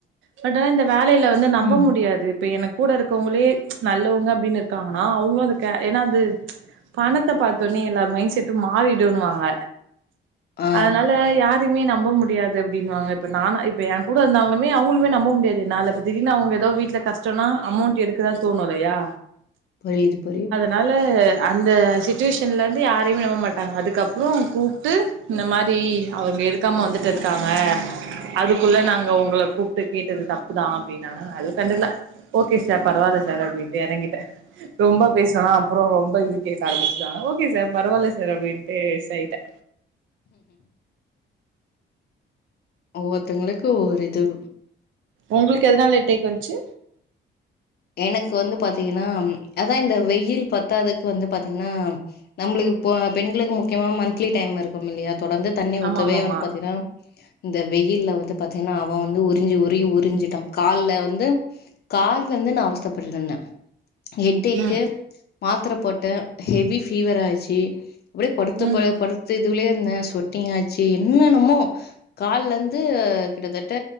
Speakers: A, on the right (about 75°); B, on the left (about 55°).
A: பட் இந்த வேலைல வந்து நம்ப
B: ம்
A: முடியாது இப்ப எனக்கு கூட இருக்கவங்ளே நல்லவங்க அப்டின்னு இரு க்காங்கன்னா அவுங்க வந்து ஏனா அது பணத்த பாத்தொன்னயே எல்லார் மைண்ட் செட்டு மாறிடு ண்ணுவாங்க
B: ஆ
A: அதனால யார் எதுமே நம்ப முடியாது அப்டின்னுவாங்க இப்ப நா இப்ப என் கூட இருந்தாலுமே அவுங்களுமே நம்ப முடியாது என்னால இப்ப திடீர்னு அவுங்க எதோ வீட்ல கஷ்டொனா அமௌண்ட் எடுக்கதா தோணு இல்லையா
B: புரியிது புரியிது
A: னால அந்த சிட்டுவேஷன்லர்ந்து யாரையுமே நம்ப மாட்டாங்க அதுக்கப்றோ கூப்ட்டூ இந்த மாரீ அவங்க எடுக்காம வந்துட்டுருக்காங்க அதுக்குள்ள நாங்க உங்கள கூப்ட்டு கேட்டது தப்புதா அப்டினாங்க நா எது கண்டுக்ல ஓகே சார் பரவால்ல சார் அப்டின்டு எறங்கிட்டே ரொம்ப பேசுனனா அப்றொ ரொம்ப இது கேக்க ஆரம்பிச்ருவாங்க ஓகே சார் பரவாயில்ல சார் அப்டின்ட்டு எஸ் ஆய்ட்டே
B: ஒவ்வொர்த்தங்களுக்கு ஒவ்வொரு இதுவு
A: உங்ளுக்கு எதுனால ஹெட் ஏக் வந்ச்சு
B: எனக்கு வந்து பாத்திங்கனா அதா இந்த வெயில் பத்தாதுக்கு வந்து பாத்திங்னா நம்ளுக்கு பொ பெண்களுக்கு முக்கியமா மந்த்லீ டைம் இருக்கும் இல்லையா தொடர்ந்து தண்ணி ஊத்தவே
A: ஆமா ஆமாமா
B: வந்து பாத்தினா இந்த வெயில்ல வந்து பாத்திங்னா அவ வந்து உறிஞ்சி உரி உறிஞ்சிட்டா கால்ல வந்து கால் லந்து நா அவஸ்தப்பட்டுட்ருந்தே ஹெட்டேக்கு
A: ம்
B: மாத்ரப்போட்டே ஹெவி ஃபீவர் ஆச்சீ அப்டியே படுத்த
A: ம்
B: ப
A: ம்
B: படு து இதுவுலயே இருந்தே சொட்டிங்காச்சி என்னென்னமோ கால்லந்து கிட்டதட்ட